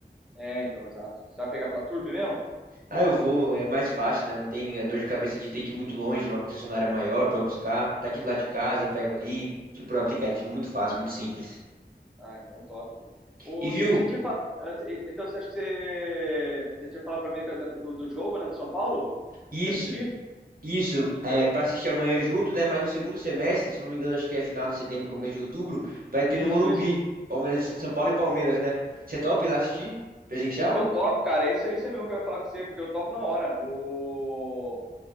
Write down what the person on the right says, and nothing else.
Ah, eu vou, é mais fácil, né? Não tem a dor de cabeça de ter que ir muito longe, numa concessionária maior pra buscar. Tá aqui do lado de casa, pego ali, tudo por aplicativo, muito fácil, muito simples.
E viu?
Isso,
Isso,
é, para assistir amanhã junto, né? Mas no segundo semestre, se eu não me engano, acho que é final de setembro, começo de outubro, vai ter
no Morumbi,
Palmeiras, São Paulo e Palmeiras, né? Você topa ir lá assistir? Presencial?